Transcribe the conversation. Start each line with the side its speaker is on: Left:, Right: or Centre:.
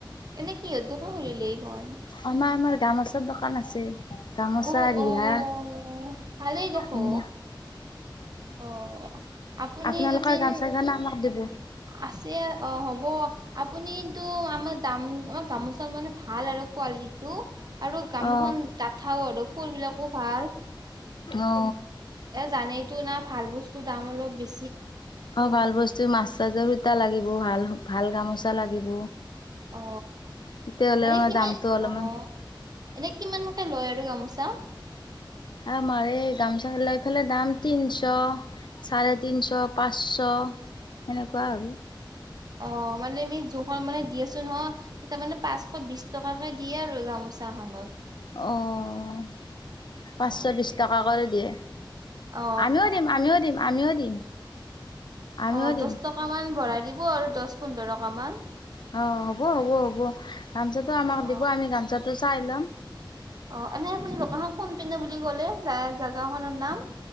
Right: এনে কিহত দোকান খুলিলে এইখন
Left: আমাৰ-আমাৰ গামোচাৰ দোকান আছে। গামোচা
Right: অ',
Left: ৰিহা
Right: অ', ভালেই দেখো।
Left: উম,
Right: অ', আপুনি
Left: আপোনালোকৰ
Right: যদিন
Left: গামচাখন আমাক দিব
Right: আছে অ', হ'ব। আপুনি কিন্তু আমাৰ দাম, আমাৰ গামোচাৰ মানে ভাল আৰু কোৱালিটিটো। আৰু গামোখন
Left: অ
Right: তাঠাও আৰু ফুল বিলাকো ভাল।
Left: অ
Right: এ জানেই তো না, ভাল বস্তুৰ দাম অলপ বেছি
Left: অ', ভাল বস্তু মাছ চাজৰ সুতা লাগিব, ভাল-ভাল গামোচা লাগিব।
Right: অ,
Left: তেতিয়াহ'লে
Right: এনে
Left: আমাৰ
Right: কিমা,
Left: দামটো
Right: অ',
Left: অলপমান
Right: এনে কিমান মতে লয় আৰু গামোচা।
Left: আমাৰ এই গামোচা লৈ পেলাই দাম তিনশ। চাৰে তিনিশ, পাঁচশ সেনেকুৱা আৰু।
Right: অ', মানে আমি জোখল মানে দি আছো <unintelligible> তাৰমানে পাঁচশ বিশ টকাকে দিয়ে আৰু গামোচাখনত।
Left: অ', পাঁচশ
Right: অ
Left: বিশ টকা কৰি দিয়ে।
Right: অ
Left: আমিও দিম, আমিও দিম, আমিও দিম। আমিও
Right: অ',
Left: দিম
Right: দহ টকা মান ভৰাই দিব আৰু, দহ-পোন্ধৰ টকা মান।
Left: অ', হ'ব হ'ব হ'ব, গামচাটো আমাক
Right: অ
Left: দিব আমি গামচাটো চাই ল'ম।
Right: অ', এনে আপোনাৰ দোকানখন কোন পিনে বুলি কলে, জেগা-জোগাখনৰ নাম